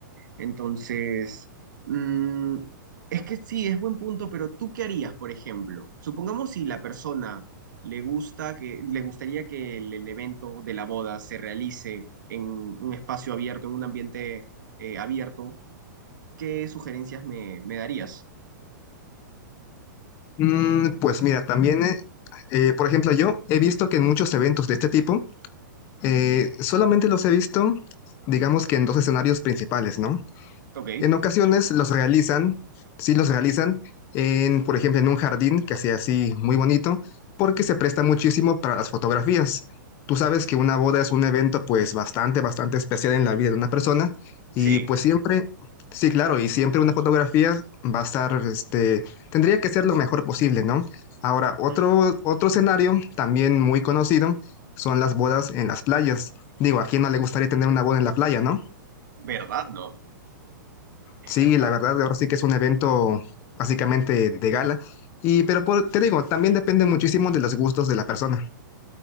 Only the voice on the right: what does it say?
Entonces, mm, es que sí, es buen punto, pero ¿tú qué harías, por ejemplo? Supongamos si la persona le gusta que, le gustaría que el, el evento de la boda se realice en un espacio abierto, en un ambiente eh, abierto, ¿qué sugerencias me, me darías?
Ok,
sí,
Ujú.
¿verdad, no? Es
verdad.